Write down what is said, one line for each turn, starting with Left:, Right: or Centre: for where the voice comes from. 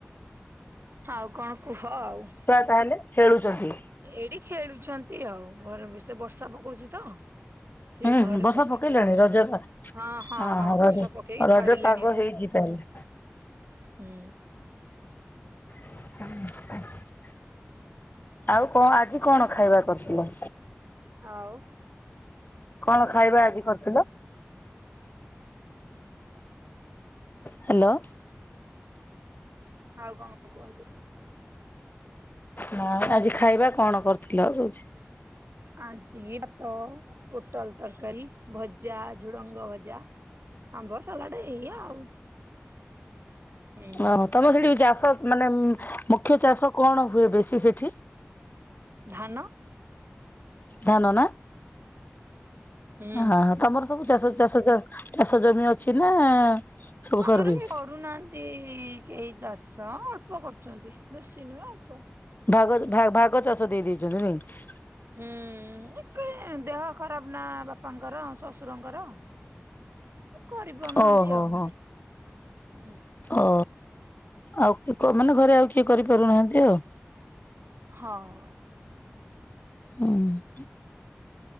Right: ଆଉ କଣ କୁହ ଆଉ।
Left: ତାଲେ ଖେଳୁଛନ୍ତି।
Right: ଏଇଠି ଖେଳୁଛନ୍ତି ଆଉ ଘରେ ବ ସେ ବର୍ଷା ପକଉଛି ତ ସେ
Left: ହୁଁ
Right: ଘରେ
Left: ବର୍ଷା
Right: ବସିିକି
Left: ପକେଇଲାଣି
Right: ଖେଳୁଛନ୍ତି
Left: ରଜ
Right: ହଁ ହଁ
Left: ଓହୋ
Right: ହଁ
Left: ରଜ
Right: ବର୍ଷା ପକେଇକି
Left: ରଜ
Right: ଛାଡିଲାଣି
Left: ପାଗ
Right: ଆଉ।
Left: ହେଇଛି ତାହେଲେ
Right: ହୁଁ।
Left: ହ। ଆଉ କଣ ଆଜି କଣ ଖାଇବା କରିଥିଲ।
Right: ଆଉ।
Left: କଣ ଖାଇବା ଆଜି କରିୁଥିଲ। ହ୍ୟାଲୋ।
Right: ଆଉ କଣ କୁହନ୍ତୁ।
Left: ହ ଆଜି ଖାଇବା କଣ କରୁଥିଲ କହୁଛି।
Right: ଆଜି ଭାତ ପୋଟଳ ତରକାରୀ। ଭଜା ଝୁଡଙ୍ଗ ଭଜା ଆମ୍ବ ସାଲାଟ ଏଇଆ ଆଉ। ହୁଁ
Left: ଓ ହୋ ତମର ସେଠି ଚାଷ ମାନେ ମୁଖ୍ୟ ଚାଷ କଣ ହୁଏ ବେଶୀ ସେଠି?
Right: ଧାନ
Left: ଧାନ ନା
Right: ହୁଁ।
Left: ହ ହଁ ହଁ ତମର ସବୁ ଚାଷ ଚାଷ ଚାଷ ଜମି ଅଛି ନା? ସବୁ
Right: ଆମର
Left: ସର୍ଭିସ
Right: ବି କରୁନାହାନ୍ତି। ଏତି କେହି ଚାଷ ଅଳ୍ପ କରୁଛନ୍ତି ବେଶୀ ନୁହେଁ ଅଳ୍ପ।
Left: ଭାଗ ଭାଗ ଚାଷ ଦେଇ ଦେଇଛନ୍ତି ନାଇଁ।
Right: ହୁଁ ଦେହ ଖରାପ ନା ବାପାଙ୍କର ଶଶୁରଙ୍କର। କରି ପାରୁନାହାନ୍ତି
Left: ଓହୋ
Right: ଆଉ ହୁଁ।
Left: ହୋ ଓ ଆଉ ମାନେ ଘରେ ଆଉ କିଏ କରିପାରୁନାହାନ୍ତି ଆଉ।
Right: ହଁ
Left: ହୁଁ।